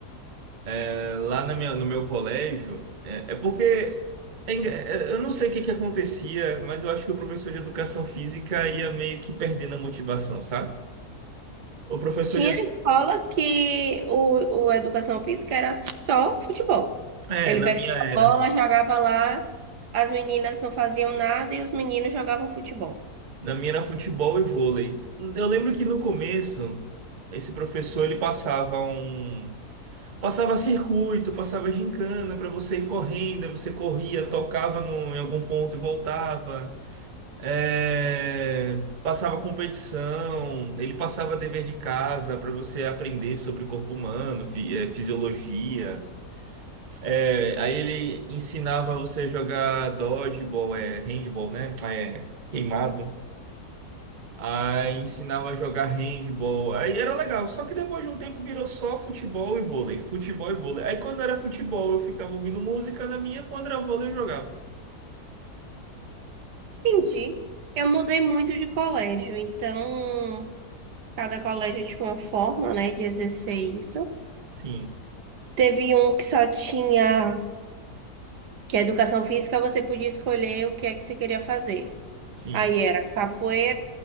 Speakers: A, on the right; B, on the right.
A: É, lá na minha, no meu colégio, é, é porque é enga- é, eu não sei o que que acontecia, mas eu acho que o professor de educação física ia meio que perdendo a motivação, sabe? O professor
B: Tinha
A: de,
B: escolas que o, o educação física era só futebol.
A: é,
B: Ele
A: na
B: pegava
A: minha era,
B: a bola, jogava lá, as meninas não faziam nada e os meninos jogavam futebol.
A: na minha era futebol e vôlei. Eu lembro que no começo esse professor ele passava um passava circuito, passava gincana para você ir correndo, aí você corria, tocava no, em algum ponto e voltava. É, passava competição, ele passava dever de casa para você aprender sobre o corpo humano, fi- é, fisiologia. É, aí ele ensinava você a jogar dodgeball, é, handball, né? Ah, É, queimado. Aí ensinava a jogar handball. Aí era legal, só que depois de um tempo virou só futebol e vôlei, futebol e vôlei. Aí quando era futebol eu ficava ouvindo música na minha, quando era vôlei eu jogava.
B: Entendi. Eu mudei muito de colégio, então cada colégio tinha uma forma, né, de exercer isso.
A: Sim,
B: Teve um que só tinha Que a educação física você podia escolher o que é que você queria fazer.
A: sim.
B: Aí era capoeira